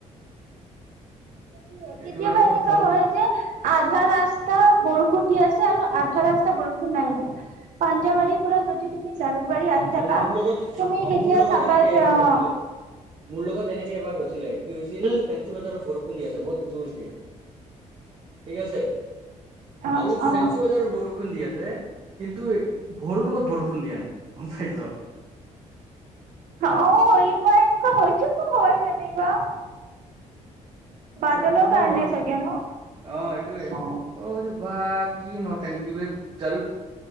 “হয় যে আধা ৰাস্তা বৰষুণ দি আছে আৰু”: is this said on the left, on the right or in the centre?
Right